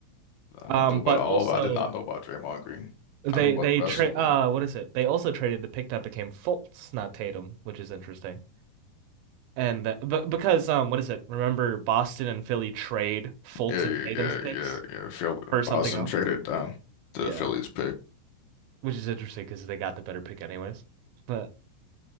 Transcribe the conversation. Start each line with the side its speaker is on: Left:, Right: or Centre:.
Left: I
Right: Um,
Left: knew about
Right: but
Left: all,
Right: also
Left: but I did not know about Draymond Green.
Right: they
Left: I knew about
Right: they
Left: the rest
Right: trade
Left: of them.
Right: uh what is it? They also traded the pick that became Fultz, not Tatum, which is interesting. And that, but because um what is it? Remember Boston and Philly trade Fultz
Left: Yeah,
Right: and
Left: yeah,
Right: Tatum's
Left: yeah,
Right: picks
Left: yeah, yeah. Phil,
Right: for something
Left: Boston
Right: else?
Left: traded down the
Right: Yeah,
Left: Phillies pick.
Right: which is interesting because they got the better pick anyways. But